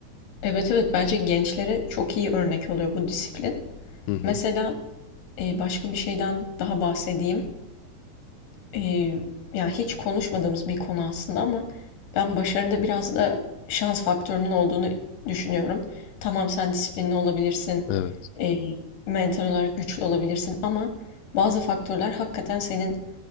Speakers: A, on the left; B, on the left.
A: evet evet bence gençlere çok iyi örnek oluyor bu disiplin.
B: Hı hı.
A: Mesela e, başka bir şeyden daha bahsedeyim. Eee, ya, hiç konuşmadığımız bir konu aslında ama ben başarıda biraz da şans faktörünün olduğunu düşünüyorum. Tamam sen disiplinli olabilirsin,
B: Evet,
A: eee, mental olarak güçlü olabilirsin ama bazı faktörler hakikaten senin